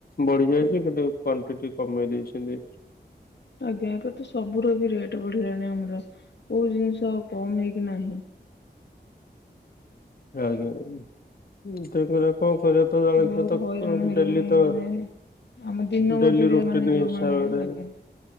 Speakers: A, on the left (about 60°); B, on the left (about 75°).
A: ବଢି ଯାଇଛି କିନ୍ତୁ କ୍ଵଣ୍ଟିଟି କମେଇ ଦେଇଛନ୍ତି।
B: ଆଜ୍ଞା ଏବେ ତ ସବୁର ର ବି ରେଟ ବଢିଲାଣି ଆମର କୋଉ ଜିନିଷ ଆଉ କମ ହେଇକି ନାହିଁ।
A: ଆଜ୍ଞା <unintelligible> କଣ କରିବା ତ ଜଳଖିଆ
B: ବହୁତ
A: ତ
B: ହଇରାଣ ହେଲେଣି
A: ଡେଲି ତ
B: ମାନେ ଆମ ଦିନ ମଜୁରିଆ
A: ଡେଲି ରୁଟି
B: ମାନେ
A: ନ
B: ଯୋଉମାନେ
A: ହିସାବରେ
B: ଆଜ୍ଞା